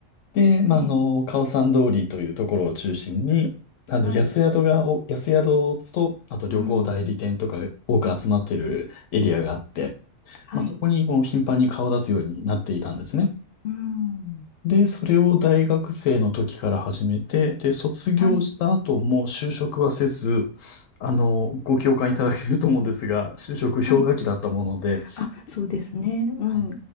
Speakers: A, on the left; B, on the left.
A: で、まあ、
B: ええ、
A: あの、カオサン通りというところを中心に、あの、
B: はい。
A: 安宿がお、安宿と、あと旅行代理店とか多く集まってるエリアがあって、
B: うん。はい。
A: まあ、そこにこう頻繁に顔を出すようになっていたんですね。
B: うん。
A: で、それを大学生の時から始めて、で、卒業した後も就職はせず、
B: はい。
A: あの、ご共感いただけると思うんですが、就職氷河期だったもので、
B: はい。あ、そうですね。うん。
A: はい